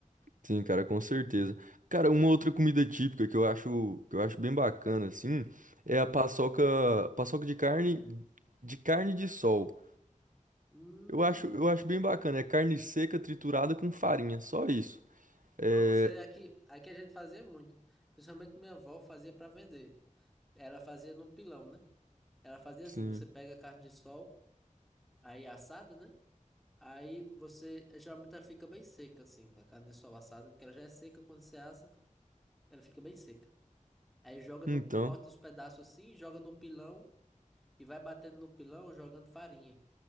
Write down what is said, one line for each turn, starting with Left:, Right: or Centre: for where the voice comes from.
Right: Sim, cara, com certeza. Cara, uma outra comida típica que eu acho, que eu acho bem bacana, assim, é a paçoca, paçoca de carne, de carne de sol.
Centre: Hum,
Right: Eu acho, eu acho bem bacana. É carne seca triturada com farinha, só isso. É,
Centre: Não, isso aí aqui, aqui a gente fazia muito. Principalmente minha avó fazia para vender. Ela fazia no pilão, né? Ela fazia
Right: sim.
Centre: assim, você pega a carne de sol, aí é assada, né? Aí você, geralmente ela fica bem seca, assim, com a carne de sol assada, porque ela já é seca quando você assa, ela fica bem seca. Aí joga no,
Right: Então,
Centre: corta os pedaços assim, joga no pilão e vai batendo no pilão, jogando farinha.